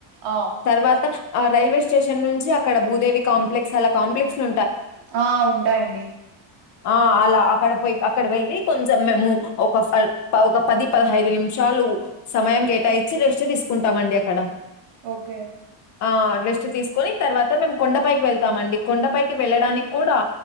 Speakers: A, on the right; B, on the left.
A: ఆ!
B: తర్వాత ఆ రైల్వే స్టేషన్ నుంచి అక్కడ భూదేవి కాంప్లెక్స్ అలా కాంప్లెక్స్ను
A: ఆ ఉంటాయండి
B: ఆ అలా అక్కడ పోయి అక్కడ వెళ్ళి కొంచెం మేము ఒక ఒక పది పదహైదు నిమిషం చాలు సమయం కేటాయిచ్చి రెస్ట్ తీసుకుంటామండి అక్కడ
A: ఓకె
B: ఆ రెస్ట్ తీసుకుని తర్వాత మేము కొండపైకి వెళ్తామండి కొండపైకి వెళ్ళడానికి కూడా